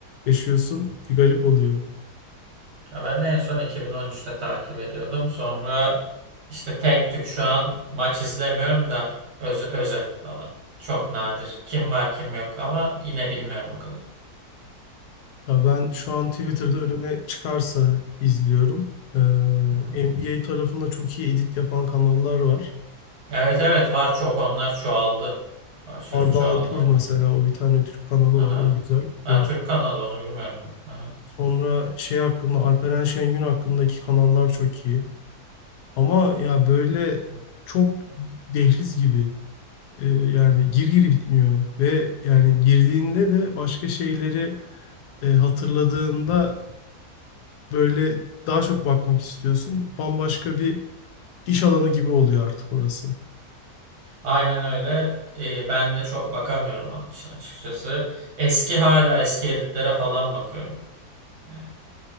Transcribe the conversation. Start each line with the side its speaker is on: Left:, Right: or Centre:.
Left: yaşıyorsun. Bir garip oluyor.
Right: Ya ben de en son 2013'te takip ediyordum. Sonra işte tek tük şu an maç izlemiyorum da öz- özet falan. Çok nadir. Kim var kim yok ama yine bilmiyorum o kadar.
Left: Ya ben şu an Twitter'da
Right: Hı
Left: önüme çıkarsa izliyorum. Ee,
Right: hı.
Left: NBA tarafında çok iyi edit yapan kanallar var.
Right: Evet evet var çok onlar çoğaldı. Aşırı
Left: Arda
Right: çoğaldı
Left: Alpur
Right: onlar.
Left: mesela o bir tane Türk kanalı
Right: Aha.
Left: var o
Right: evet.
Left: güzel.
Right: Ha,
Left: Ee,
Right: Türk kanalı onu bilmiyorum. bak. Aha.
Left: sonra şey hakkında
Right: Evet.
Left: Alperen Şengün hakkındaki kanallar çok iyi. Ama ya böyle
Right: evet.
Left: çok dehliz gibi. E, yani gir gir bitmiyor ve yani girdiğinde de başka şeyleri e, hatırladığında böyle daha çok bakmak istiyorsun. Bambaşka bir iş alanı gibi oluyor artık orası.
Right: Aynen öyle. Ee, ben de çok bakamıyorum onun için açıkçası. Eski hala eski editlere falan bakıyorum. Ee,